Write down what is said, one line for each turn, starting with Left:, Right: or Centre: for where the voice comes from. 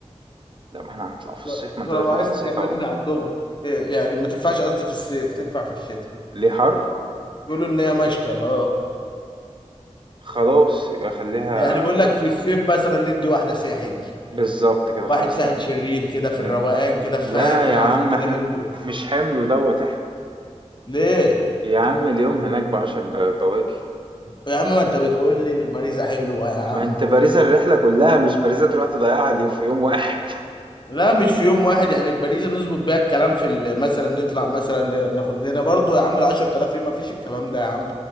Right: لا ما احنا هنطلع في الصيف
Left: ده
Right: ما
Left: ده
Right: انت
Left: لو
Right: داخل
Left: عايز
Right: على الصيف
Left: تكلمني
Right: اهو
Left: على الدغري إيه يعني ما تنفعش قصدي في الصيف تنفع في الشتاء
Right: ليه حر
Left: بيقولوا ان هي مشتى لا
Right: خلاص يبقى خليها
Left: يعني بقول لك في الصيف مثلا ندي واحده ساحل
Right: بالظبط كده
Left: واحد
Right: خلاص
Left: ساحل
Right: ن...
Left: شرير كده في
Right: ن...
Left: الروقان كده فاهم
Right: لا
Left: في
Right: يا
Left: حفله
Right: عم
Left: كده
Right: احنا
Left: منه
Right: مش حمل دوت احنا
Left: ليه
Right: يا عم اليوم هناك بعشر ب... بواكي
Left: يا عم ما انت بتقول لي باريزا حلوه يا عم
Right: ما انت بارزة الرحلة كلها مش بارزة تروح تضيعها اليوم- في يوم واحد
Left: لا مش في يوم واحد يعني باريزا نظبط بيها الكلام في ال- مثلا نطلع مثلا ناخد لنا برضو يا عم ال 10000 ايه ما فيش الكلام ده يا عم